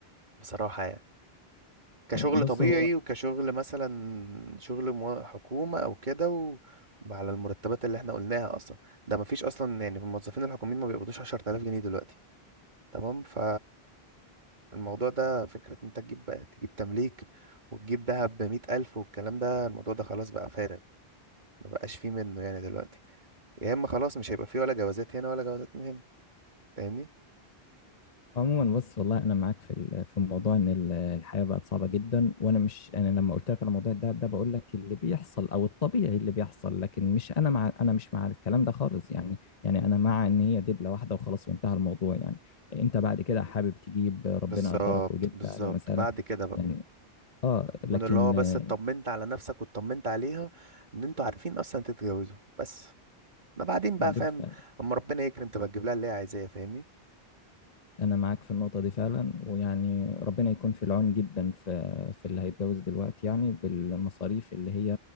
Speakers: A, on the right; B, on the left.
A: بصراحة يعني كشغل
B: بص
A: طبيعي
B: هو
A: وكشغل مثلا شغل مو- حكومة او كده و... على المرتبات اللي احنا قلناها اصلا ده مفيش اصلا يعني الموظفين الحكوميين ما بيقبضوش 10000 جنيه دلوقتي تمام ف الموضوع ده فكرة ان انت تجيب بقى تجيب تمليك وتجيب دهب بمية ألف والكلام ده الموضوع ده خلاص بقى فارغ ما بقاش فيه منه يعني دلوقتي يا اما خلاص مش هيبقى فيه ولا جوازات هنا ولا جوازات من هنا فاهمني؟
B: عموما بص والله انا معاك في ال- في موضوع ان ال- الحياه بقت صعبه جدا وانا مش انا لما قلت لك على موضوع الدهب ده بقول لك اللي بيحصل او الطبيعي اللي بيحصل لكن مش انا مع انا مش مع الكلام ده خالص يعني يعني انا مع ان هي دبله واحده وخلاص وانتهى الموضوع يعني انت بعد كده حابب تجيب ربنا
A: بالظبط
B: قدرك وجبت
A: بالظبط
B: اهلا وسهلا
A: بعد كده بقى
B: يعني اه
A: يكون
B: لكن
A: اللي هو بس
B: آه،
A: اطمنت على نفسك واطمنت عليها ان انتوا عارفين اصلا تتجوزوا بس ده بعدين بقى
B: بالفعل
A: فاهم اما ربنا يكرم تبقى تجيب لها اللي هي عايزاه فاهمني
B: أنا معاك في النقطة دي فعلا ويعني ربنا يكون في العون جدا في في اللي هيتجوز دلوقتي يعني بالمصاريف اللي هي